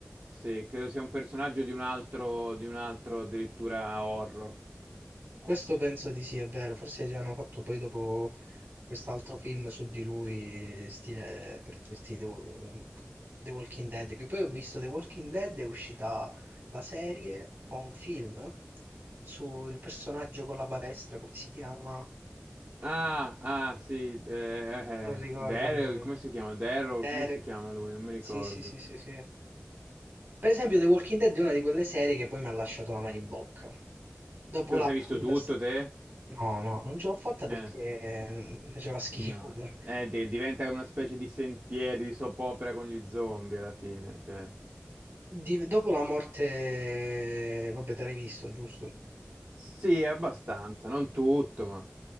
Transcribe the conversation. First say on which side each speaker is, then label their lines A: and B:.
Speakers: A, on the right (about 85°); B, on the right (about 60°).
A: Sì, credo sia un personaggio di un altro, di un altro addirittura horror.
B: Questo penso di sì, è vero. Forse gli hanno fatto poi dopo quest'altro film su di lui, stile per dirti The, Wal- The Walking Dead. Che poi ho visto The Walking Dead, è uscita la serie o un film sul personaggio con la palestra, come si chiama?
A: Ah, ah, sì, eh,
B: Non ricordo
A: eh, Daryl,
B: il nome.
A: come si chiama? Daryl,
B: Derek.
A: come si chiama lui? Non mi ricordo.
B: Sì, sì, sì, sì, sì. Per esempio, The Walking Dead è una di quelle serie che poi mi ha lasciato l'amaro in bocca. Dopo
A: Te
B: la
A: lo sei visto
B: quinta
A: tutto,
B: stagione.
A: te?
B: No, no, non ce l'ho fatta perché
A: Eh,
B: mm, faceva schifo.
A: no.
B: poi.
A: Eh, de- diventa una specie di sentieri, di soap opera con gli zombie alla fine, cioè.
B: Di- dopo la morte, vabbè, te l'hai visto, giusto?
A: Sì, abbastanza, non tutto, ma...